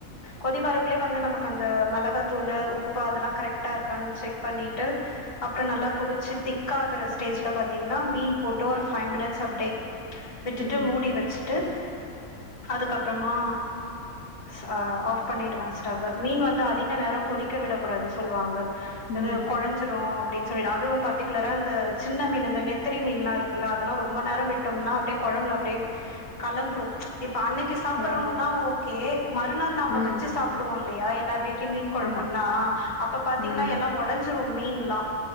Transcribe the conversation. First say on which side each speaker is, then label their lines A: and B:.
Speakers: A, on the left; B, on the left.
A: கொதி வரக்குள்ளே வந்து நமக் அந்த மிளகாத்தூளு உப்பு அதெல்லா கரக்ட்டா இருக்கான் செக் பண்ணிட்டு அப்றோ நல்லா கொதிச்சி திக் ஆகுற ஸ்டேஜ்ல பாத்தீங்கன்னா மீன் போட்டோர் ஃபைவ் மினிட்ஸ் அப்டே விட்டுட்டு
B: ம்
A: மூடி வச்சுட்டு அதுக்கப்றமா சா ஆஃப் பண்ணிடுவ ஸ்டவ்வ மீன் வந்து அதிக நேரோ கொதிக்க விடக்கூடாது சொல்வாங்க எது
B: ம்
A: கொழஞ்ச் ந்துரு அப்டின் சொல்லி அதுவு பர்டிகுலரா இந்த சின்ன மீன் இந்த நெத்திலி மீன்லா இருக்குல்ல அதல்லா ரொம்ப நேரோ விட் ட்டோம்னா அப்டே கொழம்ல அப்டே கலந்துரு இப் அன்னக்கிஸ் சாப்புறோனா
B: ஓ
A: ஓகே மறுநாள் நாம
B: ம்
A: சாப்டுவோ இல்லையா எல்லார் வீட்லு மீன் கொழம்ன்னா
B: ஆமா
A: அப்ப பாத்தீங்கன்னா
B: ம்
A: எல்லா ஒடஞ்ச் த்துரு மீன்லா